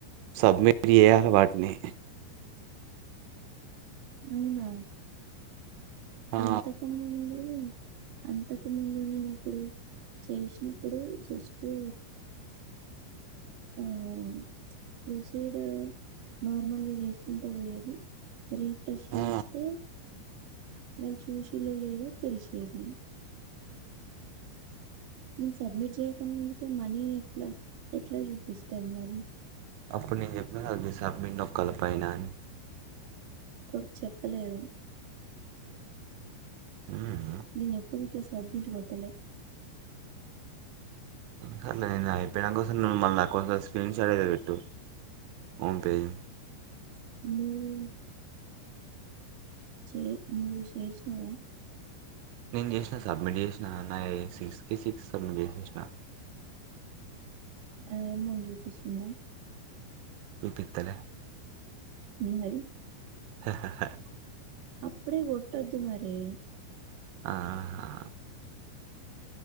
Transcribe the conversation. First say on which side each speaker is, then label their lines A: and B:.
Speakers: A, on the right; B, on the right.
A: సబ్మిట్ చేయాల వాటిని
B: అవునా
A: ఆ
B: అంతకుముందు అంతకు ముందు నేనెప్పుడు చేసినప్పుడు జెస్టు ఆ నే ప్రొసీడ నార్మల్గా చేసుకుంటూ పోయేది రిఫ్రెష్ చేస్తే
A: ఆ
B: మేము చూషిలో లేదో తెలిషేది నేను సబ్మిట్ చేయక ముందుకే మనీ ఎట్లా ఎట్లా చూపిస్తాంది మరి
A: అప్పుడు నేను చెప్పిన కద సబ్మిట్ నొక్కల పైన అని
B: కొ చెప్పలేదు
A: హుమ్
B: నేను ఎప్పుడు ఇట్ల సడ్మిట్ కొట్టలే
A: సర్లే నేను అయిపోయినా కోస్ నువ్ మళ్ళీ నా కోసం స్క్రీన్ షాట్ అయితే పెట్టు ఓమ్ పేజీ
B: హుమ్ చే నువ్ చేసినవా
A: నేను చేసినా సబ్మిట్ చేసినా నా సిక్స్ కి సిక్స్ సబ్మిట్ చేసేసినా
B: అదేమన్నా జూపిస్తుంద
A: చూపిత్తలే
B: నున్నది
A: హా హా హా
B: అప్పుడే కొట్టొద్దు మరి
A: ఆహా